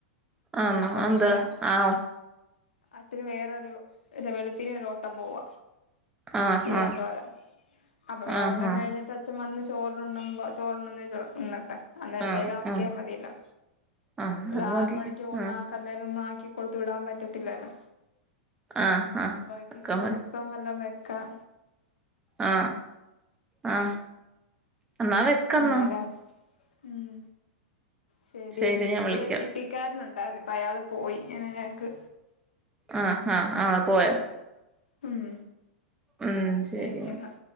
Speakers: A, on the right; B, on the left.
A: ആന്നോ
B: അപ്പം
A: അതെന്താ
B: പിന്നെ
A: ആഹ്
B: അച്ഛന് വേറൊരു ഒരുവെളുപ്പിനെ ഒരോട്ടം പോവ
A: ആഹ്
B: തിരുവനന്തപുരം. അപ്പൊ ഞ
A: ആഹ്
B: ഓട്ടം
A: ആഹ്
B: കഴിഞ്ഞിട്ട് അച്ഛൻ വന്ന ചോറ് ഉണ്ണുമ്പം ചോറുണ്ണുന്നേ ഉണ്ണട്ട്. അന്നേരത്തേക്ക്
A: ആഹ്
B: ആക്കിയാ
A: ആഹ്
B: മതിയല്ലോ.
A: ആഹ്
B: അല്ല
A: അത് മതി
B: ആറ മണിക്ക് പോകുന്ന
A: ആഹ്
B: ആക്ക് അന്നേരം ഒന്നാ കൊടുത്തുവിടാൻ പറ്റ ത്തില്ലല്ലോ.
A: ആഹ് ആഹ്
B: അപ്പൊ ഇച്
A: ഒക്കെ
B: ഇച്ചിരി രസം വെല്ലം വെ ക്കാം.
A: ആ ആ എന്നാ വെക്കെന്നാ
B: അങ്ങനെ ഉം ശരിയെന്ന്
A: ശരി ഞാൻ
B: ഇവിടെ
A: വിളിക്കാം
B: ചിട്ടിക്കാരനുണ്ട് അതിപ്പ അയാള് പോയി ഇനി ഞങ്ങൾക്ക്
A: ആ ആ ആ പോയോ?
B: ഉം
A: ഉം ശരിന്ന
B: ശരിയെന്നാ